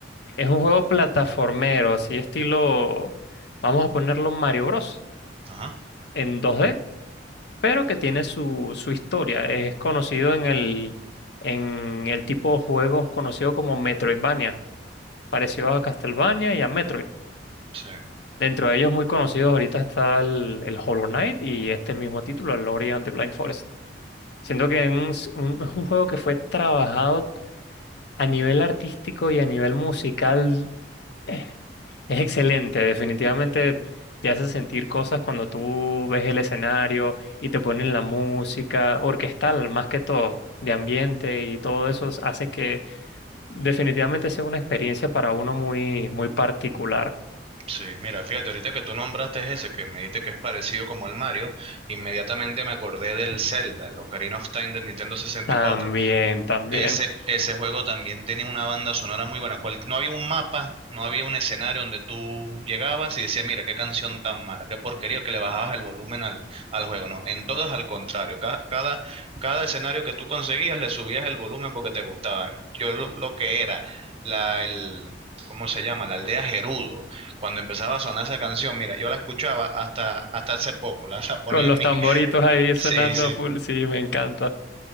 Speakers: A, on the left; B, on the right.
A: es un juego plataformero, así estilo, vamos a ponerlo Mario Bros.
B: Ajá.
A: en 2D, pero que tiene su, su historia. Es conocido en el, en el tipo de juegos conocido como Metroidvania, parecido a Castlevania y a Metroid.
B: Sí.
A: Dentro de ellos muy conocidos ahorita está el, el Hollow Knight y este mismo título, el Ori and the Blind Forest. Siento que es un, un- <laughs> es un juego que fue trabajado a nivel artístico y a nivel musical. eh, Es excelente, definitivamente te hace sentir cosas cuando tú ves el escenario y te ponen la música orquestal, más que todo, de ambiente y todo eso hace que definitivamente sea una experiencia para uno muy, muy particular.
B: Sí, mira, fíjate, ahorita que tú nombraste ese, que me dijiste que es parecido como al Mario, inmediatamente me acordé del Zelda, el Ocarina of Time del Nintendo 64,
A: También, también.
B: Ese, ese juego también tenía una banda sonora muy buena. Cual, no había un mapa, no había un escenario donde tú llegabas y decías, mira, qué canción tan mala, qué porquería que le bajabas el volumen al, al juego. No, en todas al contrario. Ca- Cada, cada, escenario que tú conseguías le subías el volumen porque te gustaba. Yo lo, lo que era, la, el, ¿cómo se llama? La aldea Gerudo. Cuando empezaba a sonar esa canción, mira, yo la escuchaba hasta, hasta hace poco, la,
A: <laughs>
B: la ponía
A: Con los
B: en mi...
A: tamboritos
B: <laughs>
A: ahí sonando
B: Sí, sí.
A: a full, sí, me encanta.